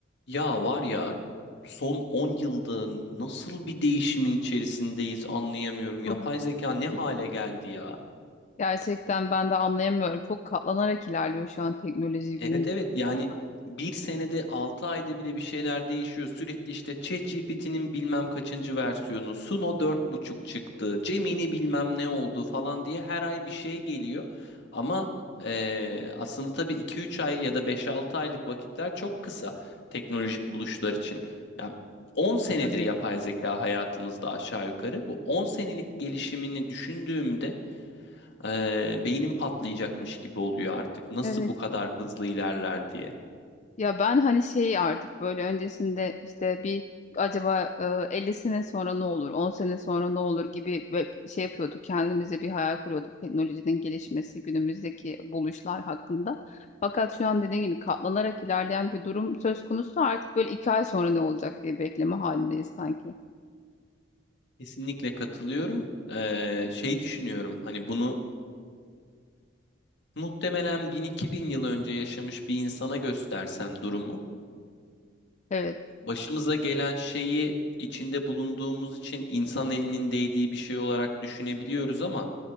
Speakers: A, on the left (about 65°); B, on the left (about 35°).
A: Ya var ya son 10 yılda nasıl bir değişimin içerisindeyiz anlayamıyorum. Yapay
B: Hı. hı.
A: zeka ne hale geldi ya?
B: Gerçekten ben de anlayamıyorum. Çok katlanarak ilerliyor şu an teknoloji günümüzde
A: Evet evet
B: gelen
A: yani
B: hali.
A: bir senede 6 ayda bile bir şeyler değişiyor. Sürekli işte ChatGPT'nin bilmem kaçıncı versiyonu, Suno dört buçuk çıktı, Gemini bilmem ne oldu falan diye her ay bir şey geliyor. Ama eee, aslında tabii iki üç ay ya da beş altı aylık vakitler çok kısa teknolojik buluşlar için. Yani on senedir
B: Tabii.
A: yapay zeka hayatımızda aşağı yukarı. Bu 10 senelik gelişimini düşündüğümde ee, beynim patlayacakmış gibi oluyor artık. Nasıl
B: Evet.
A: bu kadar hızlı ilerler diye.
B: Ya ben hani şey artık böyle öncesinde işte bir acaba e, 50 sene sonra ne olur, 10 sene sonra ne olur gibi ve şey yapıyorduk. Kendimize bir hayal kuruyorduk teknolojinin gelişmesi, günümüzdeki buluşlar hakkında. Fakat şu an dediğim gibi katlanarak ilerleyen bir durum söz konusu. Artık böyle 2 ay sonra ne olacak diye bekleme halindeyiz sanki.
A: Kesinlikle katılıyorum. Ee, şey düşünüyorum hani bunu muhtemelen 1000-2000 yıl önce yaşamış bir insana göstersen durumu,
B: Evet.
A: başımıza gelen şeyi içinde bulunduğumuz için insan elinin değdiği bir şey olarak düşünebiliyoruz ama